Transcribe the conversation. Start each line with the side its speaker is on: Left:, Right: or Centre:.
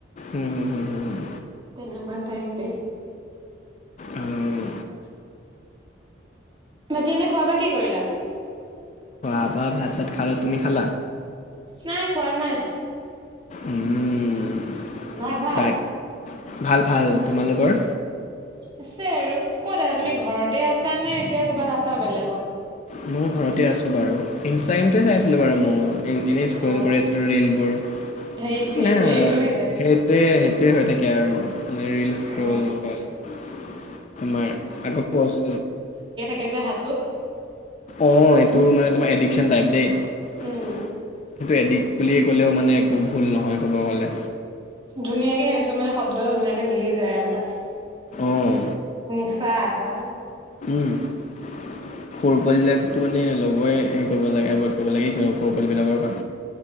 Left: উম হুম হুম হুম
Right: তেনেকুৱা টাইপেই।
Left: উম
Right: <inaudible> বাকী এনে খোৱা-বোৱা কি কৰিলা?
Left: আপা ভাত-চাত খালো। তুমি খালা?
Right: নাই খোৱা নাই।
Left: উম
Right: ঘৰত ভাল?
Left: বাক ভাল ভাল। তোমালোকৰ?
Right: আছে আৰু। ক'ত আছা তুমি ঘৰতে আছা নে এতিয়া ক'বাত আছা বেলেগত?
Left: মই ঘৰতে আছোঁ বাৰু ইনষ্টাগ্ৰামটোৱে চাই আছিলোঁ বাৰু মইও। এনেই স্ক্ৰল
Right: অ
Left: কৰি আছিলো ৰিলবোৰ <unintelligible>
Right: সেইটোৱে একেই হৈ যায়
Left: সেইটোৱে সোটোৱেই হৈ থাকে আৰু। মানে ৰিল স্ক্ৰল
Right: অ
Left: অকল আমাৰ আকৌ <inaudible>
Right: কে যে হাতটো।
Left: অ এইটো মানে তোমাৰ এডিকচন টাইপ দেই। সেইটো
Right: উম
Left: এদিক <inaudible> বুলিয়ে ক'লেও মানে একো ভুল নহয় ক'ব গ'লে।
Right: ধুনীয়াকে সেইটো মানে শব্দ ধুনীয়াকে মিলি যায় আৰু তাত
Left: অঁ
Right: নিচা এটা
Left: উম সৰু পোৱালিবিলাকতো মানে লবই হেৰি কৰিব নালাগে এভইড কৰিব লাগে সৰু পোৱালিবিলাকৰ পৰা।